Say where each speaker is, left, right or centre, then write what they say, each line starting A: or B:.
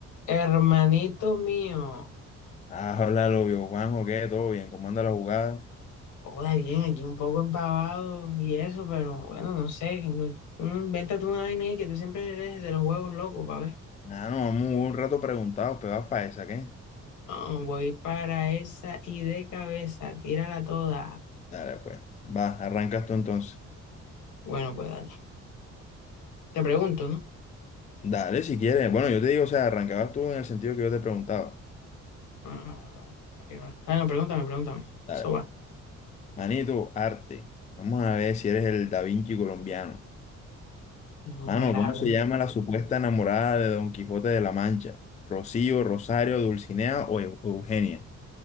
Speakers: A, on the left (about 80°); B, on the left (about 25°).
A: Hermanito mío,
B: Ah, hola, lo vio Juanjo, ¿qué? ¿Todo bien? ¿Cómo anda la jugada?
A: joda bien, aquí un poco empavado y eso, pero bueno, no sé, no- mm, invéntate una vaina ahí que tú siempre eres de los huevos locos, pa' ver.
B: Ah, no, vamos un rato preguntados, pegados para esa, ¿qué?
A: Ah, voy para esa y de cabeza, tírala toda.
B: Dale, pues. Va, arrancas tú entonces.
A: Bueno, pues dale. Te pregunto, ¿no?
B: Dale, si quieres. Bueno, yo te digo, o sea, arrancabas tú en el sentido que yo te preguntaba.
A: Ah, ¿a qué va? Ah, no, pregúntame, pregúntame.
B: Dale,
A: Eso
B: pues.
A: va.
B: Manito, arte. Vamos a ver si eres el Da Vinci colombiano.
A: No
B: Mano,
A: me agrada.
B: ¿cómo se llama la supuesta enamorada de Don Quijote de la Mancha? ¿Rocío, Rosario, Dulcinea o Eu- Eugenia?